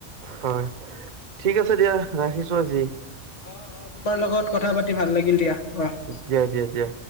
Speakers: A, on the right; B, on the left.
A: হয় ঠিক দিয়া ৰাখিছো আজি।
B: অ অ তোমাৰ লগত কথা পাতি ভাল লাগিল দিয়া আহ। <inaudible>
A: দিয়া দিয়া দিয়া